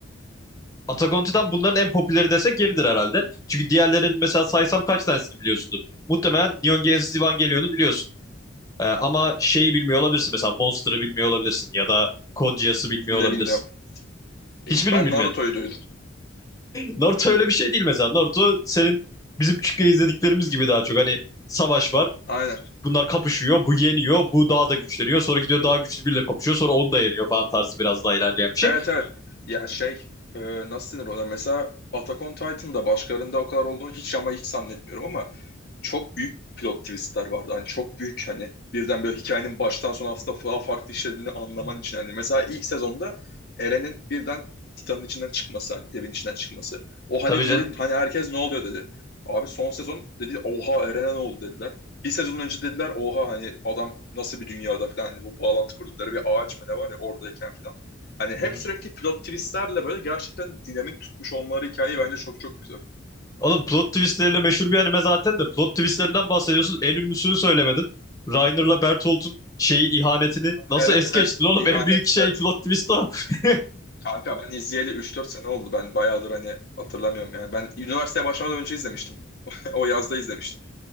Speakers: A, on the left; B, on the left.
A: Attack on Titan bunların en popüleri desek yeridir herhalde. Çünkü diğerlerinin mesela saysam kaç tanesini biliyorsundur. Muhtemelen Neon Genesis Evangelion'u biliyorsun. E, ama şeyi bilmiyor olabilirsin mesela Monster'ı bilmiyor olabilirsin ya da Code Geass'ı bilmiyor
B: İkisini
A: olabilirsin.
B: de bilmiyorum. İkisi-
A: Hiçbirini
B: Ben
A: mi bilmiyorsun
B: Naruto'yu duydum.
A: Naruto öyle bir şey değil mesela. Naruto senin bizim küçükken izlediklerimiz gibi daha çok. Hani savaş var.
B: Aynen.
A: Bunlar kapışıyor. Bu yeniyor. Bu daha da güçleniyor. Sonra gidiyor daha güçlü biriyle kapışıyor. Sonra onu da yeniyor falan tarzı biraz daha ilerleyen bir şey.
B: Evet evet. Ya şey e, nasıl denir ona? Mesela Attack on Titan'da başkalarında o kadar olduğunu hiç ama hiç zannetmiyorum ama çok büyük plot twistler vardı. Hani çok büyük hani birden böyle hikayenin baştan sona aslında daha farklı işlediğini anlaman
A: Hı hı.
B: için. Hani mesela ilk sezonda Eren'in birden Titan'ın içinden çıkması hani devin içinden çıkması. O
A: Tabii
B: hani bir
A: canım.
B: hani herkes ne oluyor dedi. Abi son sezon dedi oha Eren'e ne oldu dediler. Bir sezon önce dediler oha hani adam nasıl bir dünyada falan hani bu bağlantı kurdukları bir ağaç mı ne var ya oradayken falan. Hani
A: Hı
B: hep
A: hı.
B: sürekli pilot twistlerle böyle gerçekten dinamik tutmuş olmaları hikayeyi bence çok çok güzel.
A: Oğlum plot twistleriyle meşhur bir anime zaten de plot twistlerinden bahsediyorsun. En ünlüsünü söylemedin. Reiner'la Bertolt'un şeyi ihanetini nasıl
B: Evet
A: es geçtin
B: evet
A: oğlum?
B: ihanet
A: En büyük şey
B: evet.
A: plot twist o. <laughs>
B: Kanka ben izleyeli 3-4 sene oldu. Ben bayağıdır hani hatırlamıyorum yani. Ben üniversiteye başlamadan önce izlemiştim. <laughs> O yazda izlemiştim.